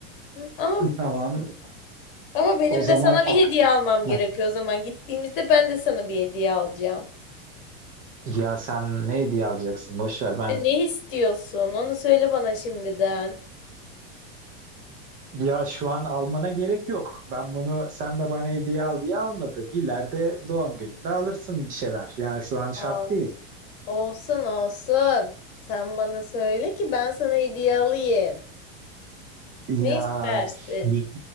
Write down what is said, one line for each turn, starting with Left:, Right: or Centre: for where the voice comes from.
Left: Hı, Ama
Right: Tamam.
Left: ama benim
Right: O zaman
Left: de sana
Right: ak
Left: bir hediye almam gerekiyor
Right: Heh.
Left: o zaman. Gittiğimizde ben de sana bir hediye alacağım.
Right: ya sen ne hediye alacaksın? Boş ver
Left: İşte
Right: ben.
Left: ne istiyorsun? Onu söyle bana şimdiden.
Right: Ya şu an almana gerek yok. Ben bunu sen de bana hediye al diye almadım. İleride doğum gününde alırsın bir şeyler. Yani şu an şart
Left: Yapma.
Right: değil.
Left: Olsun olsun. Sen bana söyle ki ben sana hediye alayım.
Right: Ya
Left: Ne istersin?
Right: dü-